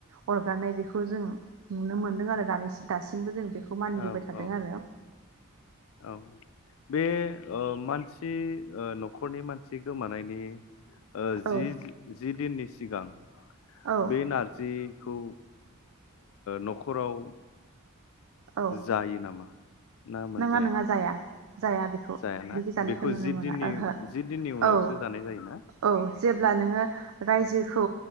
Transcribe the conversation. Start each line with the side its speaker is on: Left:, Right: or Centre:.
Right: अरगारनाय बेखौ जों नुनो मोनदों आरो दासिमबो जों बेखौ मानिबोबाय
Left: औ
Right: थादों
Left: औ
Right: आरो
Left: औ बे ओ मानसि ओ नखरनि मानसि गोमानाय <unintelligible>
Right: औ
Left: जि जि दिननि सिगां
Right: औ
Left: बे नारजि <unintelligible> ओ नखराव
Right: औ
Left: जायो नामा? ना मोनजाया
Right: नङा नङा जाया। जाया बेखौ
Left: जायाना
Right: बिगो जानायखौ
Left: बेखौ
Right: नुनो
Left: जि
Right: मोना
Left: दिननि
Right: ओहो
Left: जि दिननि उनावसो
Right: औ
Left: जानाय जायोना
Right: औ। अब्ला नोङो रायजोखौ